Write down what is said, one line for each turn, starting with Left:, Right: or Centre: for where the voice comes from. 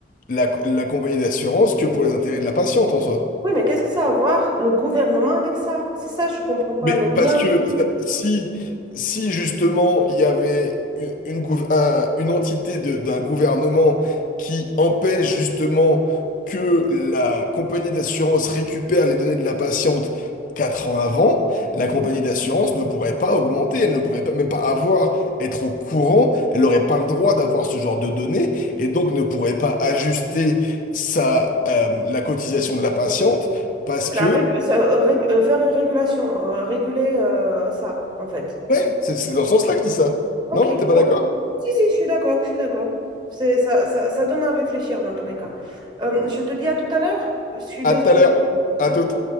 Left: la, la compagnie d'assurance que pour les intérêts de la patiente en soi.
Right: Oui, mais qu'est-ce que ça a à voir le gouvernement avec ça? C'est ça, je comprends pas
Left: Mais
Right: le lien.
Left: parce que ça- si, si justement il y avait une, une, gouv- un- une entité de- d'un gouvernement qui empêche justement que la compagnie d'assurance récupère les données de la patiente quatre ans avant, la compagnie d'assurance ne pourrait pas augmenter, elle ne pourrait pas, même pas avoir, être au courant, elle n'aurait pas le droit d'avoir ce genre de données et donc ne pourrait pas ajuster sa, euh, la cotisation de la patiente. Parce
Right: La
Left: que
Right: rég- ça, euh, rég- euh, faire une régulation, euh, réguler euh, ça, en fait.
Left: Ouais, c'est c'est dans ce sens-là que je dis ça.
Right: Ok,
Left: Non, t'es pas
Right: bon.
Left: d'accord?
Right: Si, si, je suis d'accord, je suis d'accord. C'est, ça, ça, ça donne à réfléchir dans tous les cas. Euh, je te dis à tout à l'heure. Je suis
Left: À
Right: désolée.
Left: tout à l'heure. À
Right: À
Left: toute.